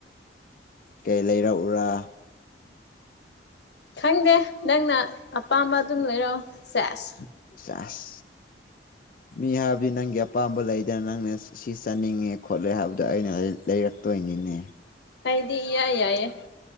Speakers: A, on the left (about 50°); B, on the left (about 70°).
A: ꯀꯩ ꯂꯩꯔꯛꯎꯔꯥ
B: ꯈꯪꯗꯦ ꯅꯪꯅ ꯑꯄꯥꯝꯕ ꯑꯗꯨꯝ ꯂꯩꯔꯛꯑꯣ ꯁꯦꯁ
A: ꯁꯦꯁ ꯃꯤ ꯍꯥꯏꯕꯗꯤ ꯅꯪꯒꯤ ꯑꯄꯥꯝꯕ ꯂꯩꯗꯅ ꯅꯪꯅ ꯁꯤ ꯆꯥꯅꯤꯡꯉꯦ ꯈꯣꯠꯂꯦ ꯍꯥꯏꯕꯗꯣ ꯑꯩꯅ ꯂꯩꯔꯛꯇꯣꯏꯅꯤꯅꯦ
B: ꯑꯩꯗꯤ ꯏꯌꯥ ꯌꯥꯏꯌꯦ